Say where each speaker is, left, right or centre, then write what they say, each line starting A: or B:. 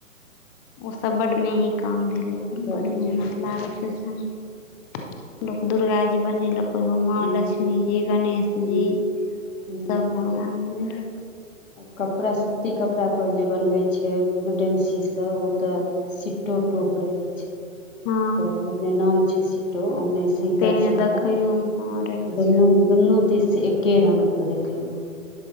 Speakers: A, on the left; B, on the left.
A: ओसभ बड्ड मेही काम भेलै बड्ड
B: बढ़िआँ
A: मेहनत लागै छै ओहि सभमे लोक दुर्गा जी बनेलक ओ माँ
B: हूँ
A: लक्ष्मीजी गणेश
B: हूँ
A: जी
B: हूँ
A: सब भगवान बनेलक
B: कपड़ा सूती कपड़ापर जे बनबै छै डेमसीसँ ओ तऽ सिटो टोप रहे छै
A: हँ
B: पूरा जेने नाम छै सिटो ओहने से शीतल
A: तेहने
B: सतल
A: देखैयोमे हँ रहै छै
B: दुनू दुनू दिससँ एके रंग रहल देखैमे